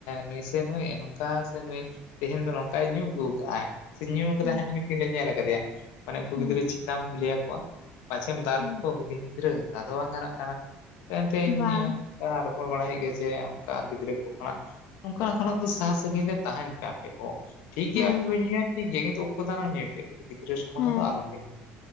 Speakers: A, on the left; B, on the left.
A: ᱱᱩᱭ ᱥᱮ ᱱᱩᱭ ᱱᱚᱝᱠᱟ ᱥᱮ, ᱱᱩᱭ ᱛᱮᱦᱮᱧ ᱫᱚ ᱱᱚᱝᱠᱟᱭ ᱧᱩ ᱟᱹᱜᱩ ᱠᱟᱜᱼᱟᱭ᱾ ᱥᱮ ᱧᱩ ᱠᱟᱫᱟᱭ
B: ᱦᱩᱸ
A: ᱦᱟᱱᱮ ᱢᱤᱫᱤᱱ ᱞᱮ ᱧᱮᱞ ᱠᱟᱫᱮᱭᱟ, ᱢᱟᱹᱱᱮ ᱩᱱᱠᱩ
B: ᱦᱩᱸ
A: ᱜᱤᱫᱽᱨᱟᱹ ᱪᱤᱜᱠᱟᱢ ᱞᱟᱹᱭ ᱟᱠᱚᱣᱟ᱾ ᱯᱟᱪᱷᱮᱢ ᱫᱟᱞ
B: ᱦᱩᱸ
A: ᱠᱚ ᱠᱚ ᱦᱩᱰᱤᱧ ᱜᱤᱫᱽᱨᱟᱹ, ᱫᱟᱞ ᱦᱚᱸ ᱵᱟᱝ ᱜᱟᱱᱚᱼᱜ ᱠᱟᱱᱟ ᱮᱱᱛᱮᱧ
B: ᱵᱟᱝ
A: ᱚᱱᱠᱟ ᱨᱚᱯᱚᱲ ᱵᱟᱲᱟ ᱦᱳᱭᱳᱜ ᱜᱮᱼᱭᱟ ᱡᱮ, ᱚᱱᱠᱟ ᱜᱤᱫᱽᱨᱟᱹ ᱠᱚ ᱠᱷᱚᱱᱟᱼᱜ ᱱᱚᱝᱹᱠᱟ ᱠᱷᱚᱱᱟᱼᱜ ᱫᱚ, ᱥᱟᱦᱟ ᱥᱟᱺᱜᱤᱧ ᱨᱮ ᱛᱟᱦᱮᱸᱱ ᱯᱮ ᱟᱯᱮ ᱠᱚ᱾ ᱴᱷᱤᱠ ᱜᱮᱼᱭᱟ,
B: ᱦᱮᱸ
A: ᱟᱯᱮᱯᱮ ᱧᱩᱭᱟ ᱴᱷᱤᱠ ᱜᱮᱭᱟ, ᱠᱤᱱᱛᱩ ᱩᱠᱩ ᱫᱟᱱᱟᱝ ᱧᱩᱭ ᱯᱮ᱾ ᱜᱤᱫᱽᱨᱟᱹ ᱥᱟᱢᱟᱝ
B: ᱦᱮᱸ
A: ᱨᱮᱸᱫᱚ ᱟᱞᱚᱹᱯᱮ ᱱᱭᱟ᱾